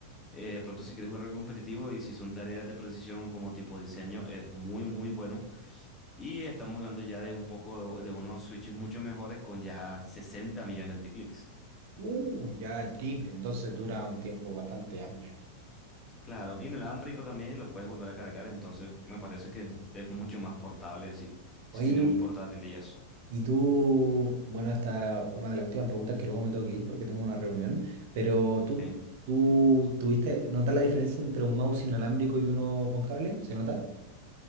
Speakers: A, on the left (about 20°); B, on the right (about 50°).
A: eh, de pronto si quieres jugar algo competitivo y si son tareas de precisión como tipo diseño, es muy muy bueno. Y estamos hablando ya de un poco de, de unos switches mucho mejores con ya 60 millones de clics.
B: Uh, ya el triple, entonces dura un tiempo bastante amplio.
A: Claro, inalámbrico también y lo puedes volver a cargar, entonces me parece que es, es mucho más portable si,
B: Oye,
A: si tienes un portátil y eso.
B: y tú, bueno, esta una de las últimas preguntas que luego me tengo que ir porque tengo una reunión, pero tú,
A: ¿ok?
B: tú tuviste, ¿notas la diferencia entre un mouse inalámbrico y uno con cable? ¿Se nota?